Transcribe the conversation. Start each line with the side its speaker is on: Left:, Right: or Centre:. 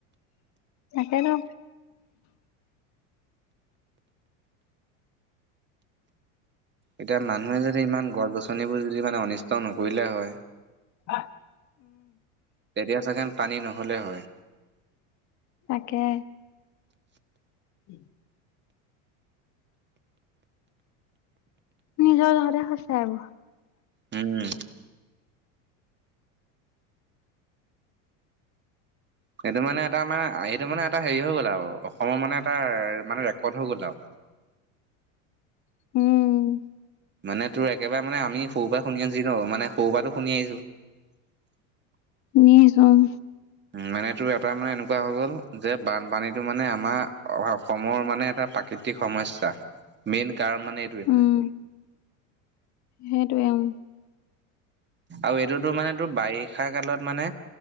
Left: তাকেতু
Right: এতিয়া মানুহে যদি ইমান গছ -গছনিবোৰ যদি মানে অনিষ্ট নকৰিলে হয়
Left: হা।
Right: তেতিয়া চাগে পানী নহ'লে হয়
Left: তাকে <inaudible> নিজৰ যহতে হৈছে আউ
Right: উম সেইটো মানে এটা মানে সেইটো মানে এটা হেৰি হৈ গ'ল আৰু অসমৰ মানে এটা মানে ৰেকৰ্ড হৈ গ'ল আৰু
Left: উম
Right: মানে তোৰ একেবাৰ মানে আমি সৰুপৰা শুনি মানে সৰু পৰাতো শুনি আহিছো। <inaudible>
Left: শুনিছোঁ অ'।
Right: <inaudible> উম মানে এইটো এটা মানে এনেকুৱা হৈ গ'ল যে বানপানীটো মানে আমাৰ অসমৰ মানে এটা প্ৰাকৃতি। তি সমস্যা মেইন কাৰণ মানে এইটোৱে মানে।
Left: উম সেইটোৱে উম।
Right: আৰু এইটোতো মানে তোৰ বাৰিষা কালত মানে।